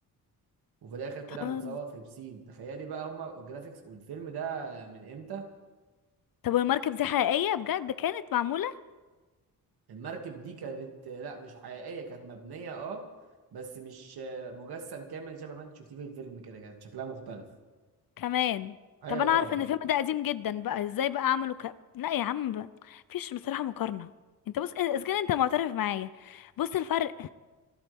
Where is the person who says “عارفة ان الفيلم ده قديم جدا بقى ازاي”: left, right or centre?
Left